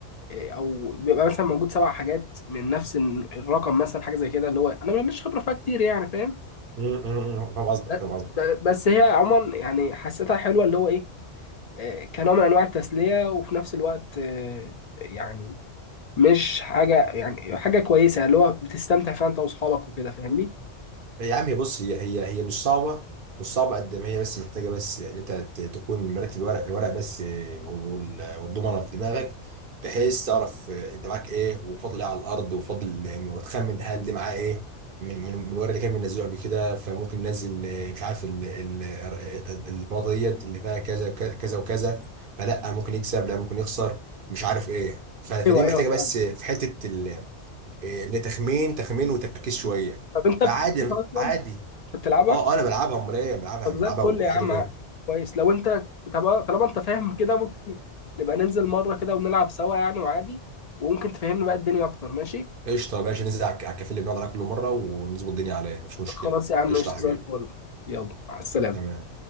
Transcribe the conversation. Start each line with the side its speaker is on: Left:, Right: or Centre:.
Left: او بيبقى مثلا موجود سبع حاجات من نفس الرقم مثلا حاجه زي كده اللي هو انا ماليش خبره فيها كتير يعني فاهم
Right: أمم، أمم، أمم. فاهم قصدك
Left: ب-
Right: فاهم قصدك
Left: ب- بس هي عموما يعني حسيتها حلوه اللي هو ايه آه، كنوع من انواع التسليه وفي نفس الوقت آه، يعني مش حاجه يعني حاجه كويسه اللي هو بتستمتع فيها انت واصحابك وكده فاهمني
Right: لا يا عم هي بص هي هي هي مش صعبة مش صعبة قد ما هي بس محتاجة بس يعني انت ت- تكون مرتب الورق الورق بس آه، وال- والضمنة في دماغك بحيث تعرف آه، انت معاك ايه وفاضل ايه على الارض وفاضل آه، وتخمن هل دي معاه ايه من من من الورق اللي كان بينزله قبل كده فممكن ننزل آه، مش عارف ال- ال- ال- البلاطة ديت اللي فيها كذا ك- كذا وكذا فلا ممكن يكسب لا ممكن يخسر مش عارف ايه ف- فدي
Left: ايوه ايوه
Right: محتاجة بس
Left: فاهم
Right: في حتة إيه، لتخمين تخمين وتركيز شويه
Left: طب انت
Right: فعادي
Left: بتلعبها اصلا
Right: عادي
Left: انت بتلعبها
Right: اه آه، انا بلعبها امال ايه بلعبها
Left: طب
Right: بلعبها
Left: زي الفل
Right: وحلو
Left: يا عم
Right: فيها
Left: كويس لو انت طب آه، طالما انت فاهم كده ممكن نبقى ننزل مرة كده ونلعب سوا يعني وعادي وممكن تفهمني بقى الدنيا اكتر ماشي
Right: قشطه ماشي ننزل على الك- على الكافيه اللي بنقعد عليه كل مره ونظبط الدنيا عليه مفيش مشكله
Left: خلاص يا عم
Right: قشطه
Left: قشطة
Right: يا حبيبي
Left: زي الفل يلا مع السلامة
Right: تمام